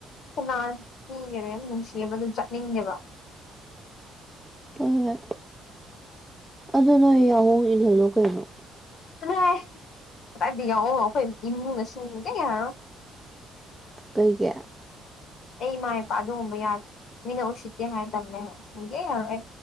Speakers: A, on the left (about 60°); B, in the centre.
A: ꯀꯅꯥ ꯄꯤꯒꯔꯦ ꯅꯨꯡꯁꯤꯕꯗ ꯆꯠꯅꯤꯡꯗꯦꯕ
B: ꯍꯣꯏ ꯍꯣꯏ ꯑꯗꯨ ꯅꯣꯏ ꯌꯥꯍꯣꯡ ꯏꯍꯜꯂꯨ ꯀꯩꯅꯣ
A: ꯆꯠꯂꯣꯍꯦ ꯀꯗꯥꯏꯗꯤ ꯌꯥꯡꯑꯣ ꯑꯩꯈꯣꯏ ꯏꯃꯨꯡꯅꯁꯨ ꯀꯩꯝꯇ ꯌꯥꯔꯥꯔꯣꯏ
B: ꯀꯩꯒꯤ
A: ꯑꯩ ꯏꯃꯥ ꯏꯄꯥ ꯑꯗꯨꯒꯨꯝꯕ ꯌꯥꯗ꯭ꯔꯦ ꯃꯤꯅ ꯎꯁꯤꯠꯇꯦ ꯍꯥꯏ ꯇꯜꯂꯦ ꯍꯥꯏ ꯁꯨꯡꯌꯥ ꯌꯥꯔꯔꯣꯏ